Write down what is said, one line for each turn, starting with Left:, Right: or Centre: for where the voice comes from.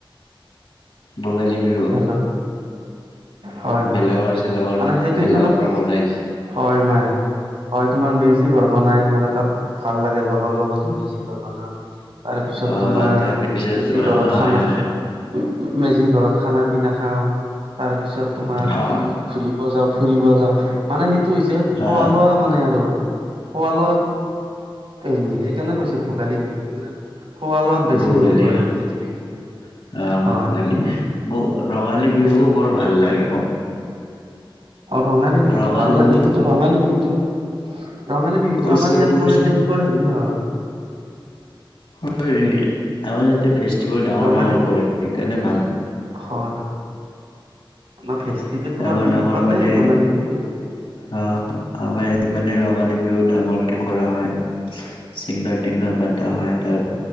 Left: ভোগালী বিহু।
Right: ল, হয়
Left: ভেলাঘৰ
Right: হয়
Left: চেলাঘৰ
Right: মানে সেইটোত
Left: ভেলাঘৰ
Right: মানে
Left: বনাই
Right: হয় মাই হয় তোমাৰ মেজি ঘৰ বনাই মানে তাত ভাল লাগে লগৰ লগত মেজি ঘৰ বনাও। তাৰপিছত
Left: অ
Right: তোমাৰ
Left: তাৰপিছত
Right: মেজি
Left: তোমাৰ
Right: ঘৰত
Left: হয়
Right: খানা
Left: হয়
Right: উম মেজি ঘৰত খানা পিনা খাওঁ। তাৰ পিছত তোমাৰ
Left: হা
Right: বিহুত ঘুৰিব যাওঁ ফুৰিব যাওঁ, মানে সেইটো হৈছে
Left: হা
Right: খোৱা লোৱা মানে আৰু খোৱা লোৱা হেৰি সেইকাৰণে কৈছে ভোগালী বিহু বুলি। একোনাই, খোৱা লোৱাত বেছি
Left: ভোগালী
Right: হেৰি কৰে মানে সেইটো বিহু।
Left: হা
Right: হয়।
Left: ভোগালী মোৰ ৰঙালী বিহুও
Right: সেইটো বিহুত
Left: বৰ লাগে মোৰ।
Right: ৰঙালী বিহুটো
Left: ৰঙালী
Right: ভাল
Left: বিহু
Right: লাগে, কিন্তু বিহুটো ৰঙালী বিহুতটো
Left: উৎসৱবোৰ
Right: আমাৰ ইয়াত মানে তেনেকুৱা হেৰি নহয়।
Left: হয় নিকি, আমাৰ ইয়াতে ফেষ্টিভেল ডাঙৰ
Right: ৰঙালী
Left: ডাঙৰ কৰে সেইকাৰণে ভাল।
Right: হয়, মা ফেষ্টিভেল
Left: ডাঙৰ
Right: তোমাৰ বিহু
Left: ডাঙৰ
Right: পাতে,
Left: মানে
Right: ৰঙালী বিহু।
Left: অ', আমাৰ ইয়াতে মানে ৰঙালী বিহু ডাঙৰকে কৰা হয়, চিংগাৰ তিংগাঁৰ মাতা হয় তাৰ